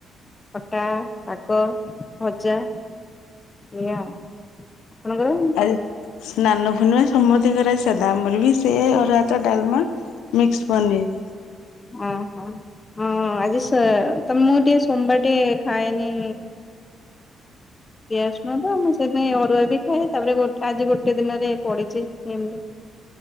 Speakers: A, on the left; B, on the left.
A: ଖଟା, ଶାଗ ଭଜା। ଏୟା, ଆପଣଙ୍କର?
B: ଆଜି ସ୍ନାନ ପୂର୍ଣିମା ସମତିଙ୍କ ର ଆଜି ଶାଧା ଆମର ବି ସେ ଅରୁଆ ଭାତ, ଡାଲମା। ମିକ୍ସ ପନିର୍।
A: ଓ ହୋ ହଁ ଆଜି ସୋ ତ ମୁଁ ଟିକେ ସୋମବାର ଟିକେ ଖାଏନି। ପିଆଜ ରସୁଣ ତ ମୁଁ ସେଇ ପାଇଁ ଅରୁଆ ବି ଖାଏ ତାପରେ ଗୋଟେ ଆଜି ଗୋଟେ ଦିନରେ ପଡିଛିସେମ। <inaudible>